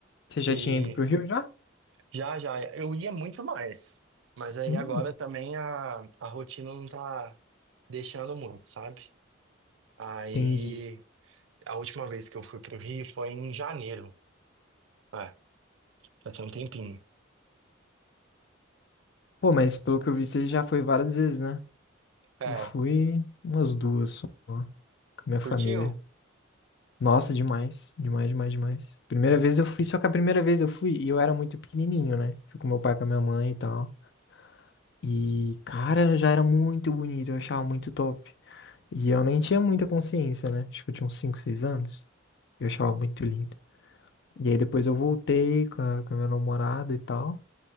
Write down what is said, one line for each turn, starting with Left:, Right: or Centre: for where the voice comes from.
Left: Você já
Right: E
Left: tinha ido pro Rio já?
Right: já, já, eu ia muito mais. Mas aí
Left: Hum,
Right: agora também a, a rotina não tá deixando muito, sabe? Aí
Left: entendi.
Right: a última vez que eu fui pro Rio foi em janeiro. É, já tem um tempinho.
Left: Pô, mas pelo que eu vi, você já foi várias vezes, né?
Right: É,
Left: Eu fui umas duas só, com a minha família.
Right: curtiu?
Left: Nossa, demais, demais, demais, demais. Primeira vez eu fui, só que a primeira vez eu fui e eu era muito pequenininho, né? Fui com meu pai, com a minha mãe e tal. E, cara, já era muito bonito, eu achava muito top. E eu nem tinha muita consciência, né? Acho que eu tinha uns 5 6 anos. Eu achava muito lindo. E aí depois eu voltei com a, com a minha namorada e tal.